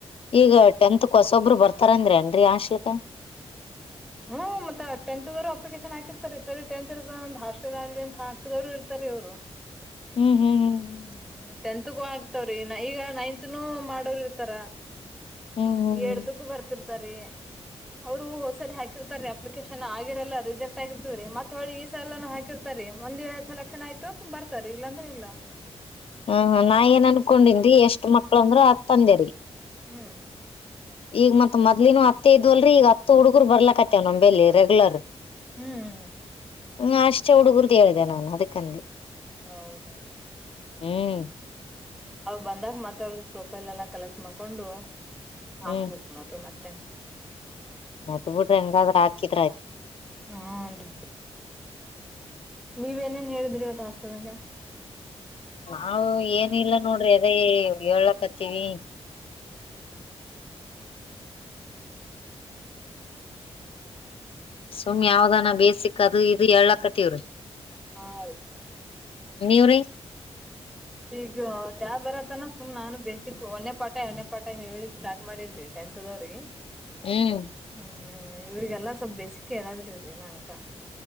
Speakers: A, on the left; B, in the centre.
A: ಈಗ ಟೆಂತ್ಕ್ ಹೊಸೊಬ್ಬರು ಬರ್ತಾರನ್ರೀ ಹಾಸ್ಟೆಲ್ ಗಾ
B: ಹ್ಮ್ ಮತ್ತೆ ಟಂತ್ತದ್ದರ ಅಪ್ಲಿಕೇಶನ್ ಹಾಕಿರತರ ಈ ಸರಿ ಟೆಂತ್ ದರ್ ಹಾಸ್ಟೆಲ್ ಆಗಲಿ ಅಂತ ಹಾ. ಪಕ್ಕದವರು ಇರ್ತಾರೆವ್ರು.
A: ಹ್ಮ್ ಹ್ಮ್ ಹ್ಮ್ ಹ್ಮ್
B: ಹೂಂ ಟೆಂತ್ಗೂ ಆಗ್ತವ್ರಿ ಈಗ ನವಂತನು ಮಾಡೋರ್ ಇರ್ತಾರ.
A: ಹ್ಮ್ ಹ್ಮ್
B: ಏಡ್ತಕ್ಕೂ
A: ಹ್ಮ್
B: ಬರ್ತಿರ್ತಾರೀ. ಅವ್ರು ಹೊಸರಿ ಹಾಕಿರ್ತ ರೀ ಅಪ್ಲಿಕೇಶನ್ ಆಗಿರಲ್ಲ ರಿಜೆಕ್ಟ್ ಆಗಿರ್ತದ್ರ ಮತ್ತ ಈ ಸಲ ಹೊಳ್ಳಿ. ಎಲ್ಲ ಹಾಕಿರ್ತಾರೆ ಒಂದ್ ವೇಳೆ ಸಲೆಕ್ಷನ್ ಆಯತು ಅ ಬರ್ತಾರೆ ಇಲ್ಲಾಂದ್ರೆ ಇಲ್ಲ
A: ಹ್ಮ್ ನಾ ಏನ್ ಅನ್ಕೊಂಡೆರಿ ಎಷ್ಟ ಮಕ್ಕಳಂದ್ರು ಹತ್ತು ಅಂದೇರಿ
B: ಹ್ಮ್
A: ಈಗ ಮತ್ ಮೊದ್ಲಿನನು ಹತ್ತ ಇದ್ವಲ್ರೀ ಈಗ ಹತ್ತು ಹುಗರು ಬರ್ಲಕ್ತ್ತವ್ ನಮಲ್ಲಿ ರೆಗ್ಯುಲರ್
B: ಹ್ಮ್
A: ಹ್ಮ ಅಷ್ಟೇ ಹುಡುಗರಿಗೆ ಹೇಳಿದೆ ನಾನ್ ಅದಿಕ್ಕಂದಿ.
B: ಹೌದಾ
A: ಹ್ಮ್
B: ಅವ್ ಬಂದಾಗ ಮತ್ತ ಅವ್ರ್ದ ಪ್ರೊಫೈಲ್ ಎಲ್ಲ ಕಲೆಕ್ಟ್ ಮಾಡ್ಕೊಂಡು ಹಾಕ್ಬೇಕ
A: ಹ್ಮ್
B: ನೋಡ್ರಿ ಮತ್ತೆ.
A: ಟೆಂತ್ತರದು ಹೆಂಗಾದ್ರ ಹಾಕಿದ್ರ ಆಯ್ತ್.
B: ಹನ್ರಿ ನೀವು ಏನೆನ್ ಹೇಳಿದ್ರಿ ಇವತ್ ಹಾಸ್ಟೆಲ್ ದಾಗ.
A: ನಾವು ಏನಲ್ಲ ನೋಡ್ರಿ ಅದೇ ಹೆಳಕತ್ತವಿ ಸುಮ್ ಯಾವ್ದಾನ ಬೇಸಿಕ್ ಅದು ಇದು ಹೇಳ್ಲಕತವ್ರೀ.
B: ಹಾ ರೀ
A: ನೀವ್ರಿ
B: ಈಗ ಜಾಬ್ ಬರತ್ತನ ಸುಮ್ ನಾನು ಬೇಸಿಕ್ ಒಂದನೇ ಪಾಠ, ಎರಡನೇ ಪಾಠ ಹೇಳಿಕ್ ಸ್ಟಾರ್ಟ್ ಮಾಡಿನ್ರಿ ಟೆಂತ್. ಇರತಾವರಿ <inaudible>
A: ಹ್ಮ್
B: ಹ್ಮ್, ಇವ್ರಿಗೆಲ್ಲ ಸ್ವಲ್ಪ ಬೇಸಿಕೆ ಅದರಿ ಇವರಿಗಿ ಇನ್ನಾ ಅಂಕಾ